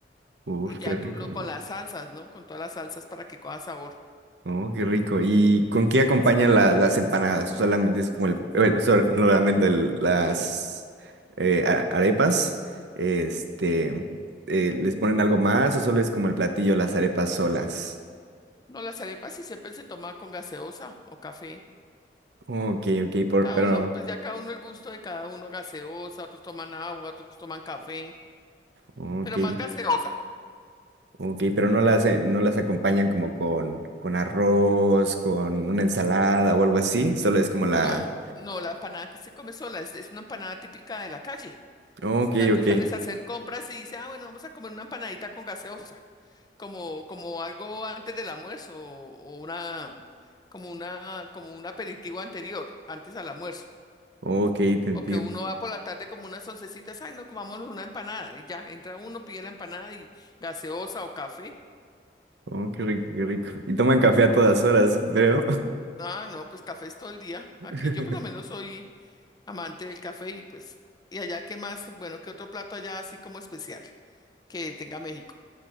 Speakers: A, on the right (about 80°); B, on the left (about 25°).
A: Uf,
B: Y ya
A: qué rico.
B: tú lo con las salsas, ¿no? Con todas las salsas para que coja sabor.
A: Oh, qué rico. ¿Y con qué acompañan la- las empanadas? Solamente es como el, bueno, solamente el- las eh, a- arepas. Este, eh, ¿les ponen algo más o solo es como el platillo, las arepas solas?
B: No, las arepas sí siempre se toman con gaseosa o café.
A: Ok, ok, por-
B: Cada
A: pero,
B: uno, pues ya cada uno el gusto de cada uno, gaseosa, otros toman agua, otros toman café,
A: ok,
B: pero más gaseosa.
A: ok, pero no las, eh, no las acompañan como con, con arroz, con una ensalada o algo así. Solo es como la,
B: No, no, la empanada que se come sola es, es una empanada típica de la calle.
A: ok,
B: O sea, tú
A: ok,
B: sales a hacer compras y dices, ah, bueno, vamos a comer una empanadita con gaseosa, como, como algo antes del almuerzo o o una, como una, como un aperitivo anterior, antes al almuerzo.
A: ok, te entiendo.
B: O que uno va por la tarde como unas oncecitas, ay, no, comámonos una empanada y ya, entra uno, pide la empanada y gaseosa o café.
A: Oh, qué rico, qué rico. Y toman café a todas horas, creo.
B: Ah, no, pues café es todo el día.
A: <laughs>
B: Aquí yo por lo menos soy amante del café y pues, y allá qué más, bueno, qué otro plato allá así como especial que tenga México.